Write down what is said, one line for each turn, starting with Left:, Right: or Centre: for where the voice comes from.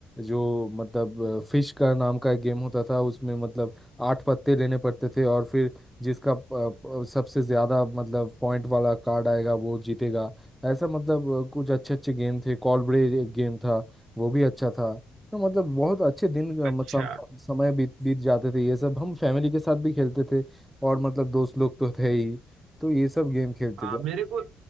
Centre: जो मतलब फिश का नाम का एक गेम होता था उसमें मतलब आठ पत्ते लेने पड़ते थे और फिर जिसका प- प- सबसे ज्यादा मतलब पॉइंट वाला कार्ड आएगा वो जीतेगा ऐसा मतलब अ, कुछ अच्छे अच्छे गेम थे कॉलब्रेज एक गेम था वो भी अच्छा था तो मतलब बहुत अच्छे दिन अ,
Right: अच्छा
Centre: मतलब समय बीत बीत जाते थे ये सब हम फैमिली के साथ भी खेलते थे और मतलब दोस्त लोग तो थे ही तो ये सब गेम खेलते
Right: आ, मेरे
Centre: थे
Right: को